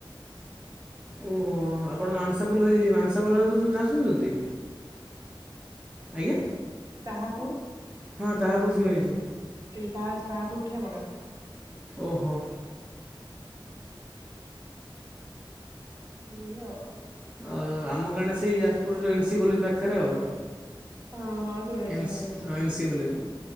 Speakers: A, on the right; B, on the right.
A: ଓହୋ। ଆପଣ ମାଂସାପଲ ମାଂସାପଲ ଶୁଣିଛନ୍ତି ଆଜ୍ଞା।
B: ଶହାପୁର
A: ହଁ ତାହା ମୁଁ ଶୁଣିଛି
B: ସେଇ ସାହାପୁର ଠିଆମଗାଁ।
A: ଓହୋ।
B: ସେଆଉ <inaudible>
A: ଆଉ ଆମ ଗାଣ୍ଟା ସେଇ ଯାଜପୁର ଏନ୍ ସି କଲେଜ ପାଖରେ ଆଉ
B: ହଁ ହଁ ଶୁଣିଛି
A: ଏନସି
B: ଶୁଣିଛି
A: ଏନସି କଲେଜ